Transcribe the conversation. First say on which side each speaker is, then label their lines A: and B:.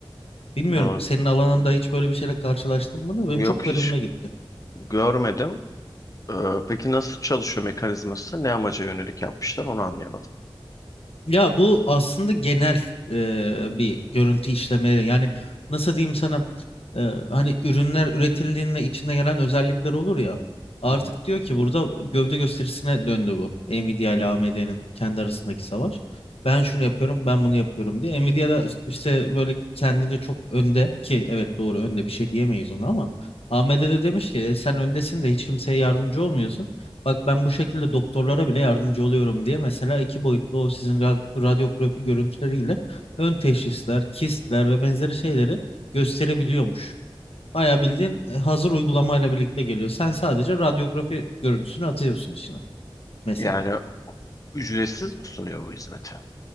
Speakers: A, on the left; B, on the left.
A: bilmiyorum
B: Aa,
A: senin alanında hiç böyle bir şeyle karşılaştın mı da
B: Yok
A: benim çok garibime
B: hiç
A: gitti
B: görmedim. Ee, peki nasıl çalışıyor mekanizması? Ne amaca yönelik yapmışlar onu anlayamadım.
A: ya bu aslında genel e, bir görüntü işleme yani nasıl diyeyim sana e, hani ürünler üretildiğinde içinde gelen özellikler olur ya. Artık
B: Hı hı.
A: diyor ki burada gövde gösterisine döndü bu. Nvidia ile AMD'nin kendi arasındaki savaş. Ben şunu yapıyorum, ben bunu yapıyorum diye. Nvidia da işte işte böyle kendince çok önde ki evet doğru önde bir şey diyemeyiz ona ama AMD de demiş ki "E, sen öndesin de hiç kimseye yardımcı olmuyorsun. Bak ben bu şekilde doktorlara bile yardımcı oluyorum diye mesela iki boyutlu o sizin ra- radyografi görüntüleriyle ön teşhisler, kistler ve benzeri şeyleri gösterebiliyormuş. Bayağı bildiğin e, hazır uygulamayla birlikte geliyor. Sen sadece radyografi görüntüsünü atıyorsun içine mesela.
B: Yani ücretsiz mi sunuyor bu hizmeti?